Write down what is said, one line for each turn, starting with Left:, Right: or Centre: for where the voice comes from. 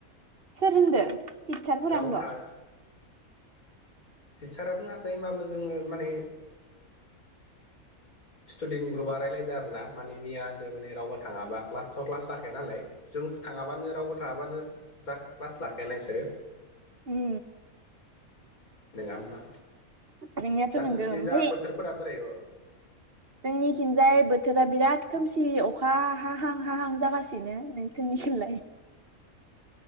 Right: सोर होनदो? टिचारफोरानो
Left: रावबो
Right: होनद'?
Left: था टिचारा बुङाखै होनबाबो जोङो माने स्टुडेन्ट ग्रुपा रायलायदो आरो आरोना माने मिया होनदो माने रावबो थाङाबा क्लासथ' क्लास जाखाया नालाय जों थाङाबानो रावबो थाङाबानो जाखा क्लास लाखायाना इसोरो।
Right: उम
Left: नङा होमबा
Right: नोंनायाथ'
Left: दा
Right: नंगौ
Left: नोंसोरनि
Right: ओमफाय
Left: जा बोथोरफोरा बोरै
Right: जोंनिथिंजाय बोथोरा बिराद खोमसि अखा हाहां हाहां जागासिनो नोंथ खिनलाय